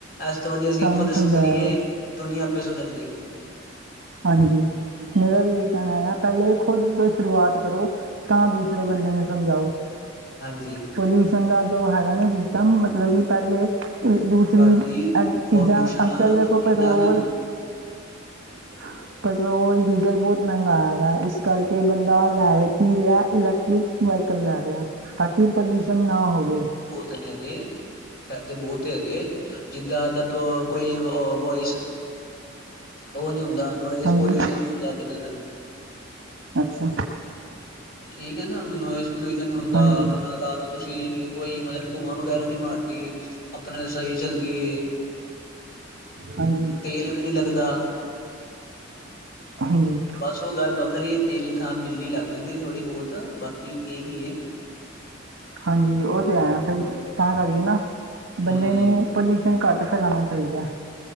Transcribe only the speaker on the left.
ਇਸ ਤੋਂ ਵਧੀਆ ਚ
ਖੁਦ
ਸੁਧਰੀਏ।
ਦੁਨੀਆ ਆਪੇ ਸੁਧਰ ਜਾਏਗੀ।
ਹਾਂਜੀ।
ਭਾਜੀ
ਪੋਲਿਊਸ਼ਨ
ਇੰਨਾ
ਗੰ
ਸਨਿਆ ਦੇ ਕੇ। ਫਾਇਦੇ ਬਹੁਤ ਇਹਦੇ, ਜਿੱਦਾਂ ਕੋਈ ਵੋਯਸ ਉਹ ਨੀ ਹੁੰਦਾ। ਨੋਆਇਸ
ਪੋਲਿਊਸ਼ਨ ਨੀ ਹੁੰਦਾ ਇਹਦੇ ਨਾਲ
ਠੀਕ ਹੈ ਨਾ ਨੋਇਜ਼ ਪੋਲਿਊਸ਼ਨ ਨੀ ਹੁੰਦਾ।
ਆਪਣਾ ਲਾ ਲੋਓ ਤੁਸੀਂ, ਕੋਈ ਮਤਲਬ ਧੂੰਆਂ ਵਗੈਰਾ ਨਹੀ ਮਾਰਦੀ। ਆਪਣਾ ਸਹੀ ਚੱਲਦੀ ਹੈ।
ਤੇਲ ਵੀ ਨਹੀਂ ਲੱਗਦਾ
ਬਸ ਉਹ ਗੱਲ ਵੱਖਰੀਏ ਤੇਲ ਦੀ ਥਾਂ ਬਿਜਲੀ ਲੱਗ ਜਾਂਦੀ ਥੋੜ੍ਹੀ ਬਹੁਤ। ਬਾਕੀ ਕਿ ਹੈ।
ਹਮ